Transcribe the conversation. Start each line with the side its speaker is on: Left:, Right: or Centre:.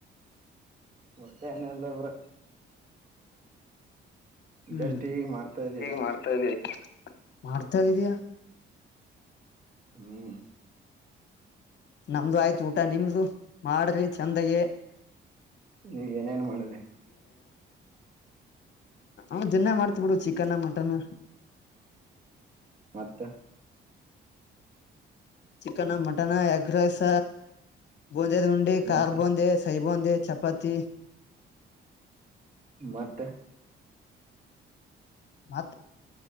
Right: ಮತ್ತೇನಿಲ್ಲ ಬ್ರೋ
Left: ಹ್ಮ
Right: ಜಸ್ಟ್ ಈಗ ಮಾಡ್ತಾ ಇದೀವಿ
Left: ಹೀಗ ಮಾಡ್ತಾ ಇದ್ದವಿ ಮರ್ತೆ ಹೋಗಿದೀಯಾ.
Right: ಹ್ಮ್
Left: ನಮ್ದು ಆಯ್ತು ಊಟ ನಿಮ್ದು ಮಾಡ್ರಿ ಚಂದಗೆ.
Right: ನೀವ್ ಏನೇನ್ ಮಾಡಿದ್ರಿ.
Left: ನಾವ್ ದೀನ್ನ ಮಾಡ್ತಿವ ಬಿಡು ಚಿಕನ್ ಮಟನ್.
Right: ಮತ್ತ.
Left: Chicken mutton ಎಗ್ರೈಸ. ಬೂಂದೇದ ಉಂಡಿ ಕಾರ್
Right: ಮತ್ತೆ
Left: ಬೂಂದಿ ಸೈ ಬೂಂದಿ ಚಪಾತಿ
Right: ಮತ್ತೆ.
Left: ಮತ್